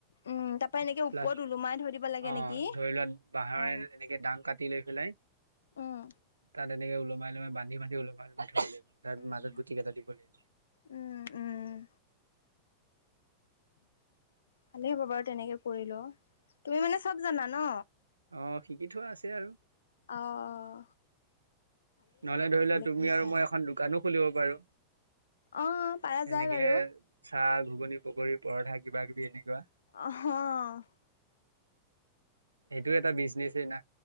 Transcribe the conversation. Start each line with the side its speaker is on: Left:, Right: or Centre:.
Left: উম তাৰপৰা এনেকে ওপৰত
Right: প্লাষ্টিক
Left: ওলোমাই থৈ দিব লাগে
Right: অঁ
Left: নেকি
Right: ধৰি লোৱা বাঁহৰে
Left: অ
Right: এনেকে দাং কাটি লৈ পেলাই তাত
Left: উম
Right: এনেকে ওলমাই ওলমাই বান্ধি বান্ধি ওলমাই ওলমাই থৈ দিব লাগিব তাত
Left: উম
Right: মাজত গুটি কেইটা দিব লাগিব।
Left: উম উম। ভালেই হ'ব বাৰু তেনেকে কৰিলেও। তুমি মানে চব জানা ন?
Right: অঁ শিকি থোৱা আছে আৰু।
Left: অ অ
Right: নহলে ধৰি লোৱা তুমি
Left: কৰিছা
Right: আৰু মই এখন দোকানো খুলিব পাৰো
Left: অ পাৰা যায়
Right: এনেকে
Left: বাৰু
Right: চাহ ঘুগনি পকৰি পৰঠা কিবা কিবি এনেকুৱা।
Left: অঁ।
Right: সেইটো এটা বিজনেছেই না।